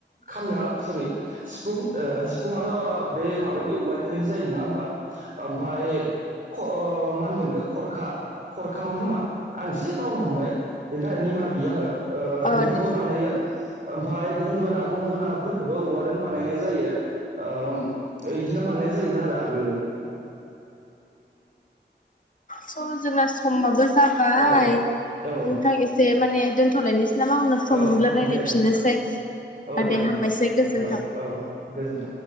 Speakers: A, on the right; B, on the left.
A: खाम नङा सरि सिफुं ओ सिफुंआथ' बे माबानि औवानिफायनो जायो नङा होमबा। ओमफाय ख मा होनगोन बेखौ खरखा खरखामोन खोमा आं। जे बावनो हमबाय। बेनि थाखाय निमाहा बियो आङो ओ
B: औ
A: बेखौबो
B: दे
A: बानायो। ओमफाय गंगोना गंगोनाफोरखोबो औवादों बानायनाय जायो ओ बदिनो बानायनाय जायोमोन आरो आगोलो
B: स' जोंना समाबो जाबाय
A: ओ औ
B: नोंथां एसे माने दोन थलायनोसै। नामा उनाव सम
A: औ
B: मोनब्ला रायज्लयफिनोसै
A: दे
B: आ
A: औ
B: दे
A: नोंथां
B: हामबायसै गोजोन्थों।
A: औ औ गोजोन्थों